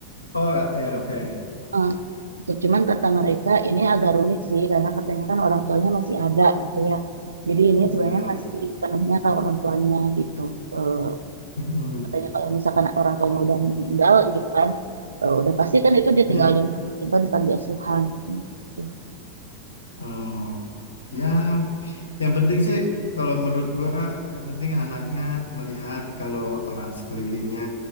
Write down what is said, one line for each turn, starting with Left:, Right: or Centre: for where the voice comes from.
Left: oh ya oke
Right: Eh, gitu. Cuman kata mereka ini agak rumit sih karena katanya kan orang tuanya masih ada gitu ya. Jadi ini
Left: benar
Right: sebenarnya masih sepenuhnya kalau orang tuanya gitu. Eh,
Left: Mm-mm.
Right: katanya kalau misalkan orang tuanya udah meninggal gitu kan, eh, udah pasti kan itu dia
Left: ya
Right: tinggal di apa, di panti asuhan katanya gitu.
Left: oh ya yang penting sih kalau menurut gua yang penting anaknya melihat kalau orang sekelilingnya